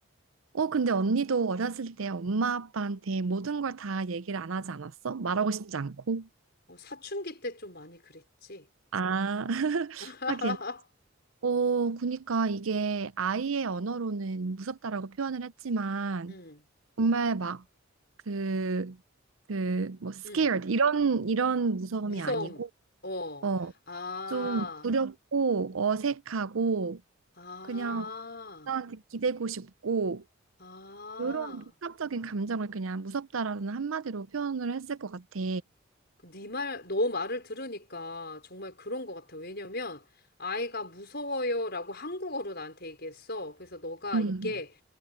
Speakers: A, on the right; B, on the left.
A: 어, 근데 언니도 어렸을 때 엄마 아빠한테 모든 걸 다 얘기를 안 하지 않았어? 말하고 싶지 않고.
B: 어, 사춘기 때 좀 많이 그랬지.
A: 아, <laughs>
B: <laughs>
A: 하긴. 어, 그니까 이게 아이의 언어로는 무섭다라고 표현을 했지만
B: 응,
A: 정말 막 그, 그, 뭐, scared
B: 응.
A: 이런, 이런 무서움이
B: 무서움.
A: 아니고,
B: 어.
A: 어,
B: 아,
A: 좀 두렵고 어색하고
B: 아,
A: 그냥 나한테 기대고 싶고
B: 아.
A: 이런 복합적인 감정을 그냥 무섭다라는 한마디로 표현을 했을 것 같아.
B: 네 말, 너 말을 들으니까 정말 그런 것 같아. 왜냐면 아이가 무서워요라고 한국어로 나한테 얘기했어. 그래서 너가
A: 음,
B: 이게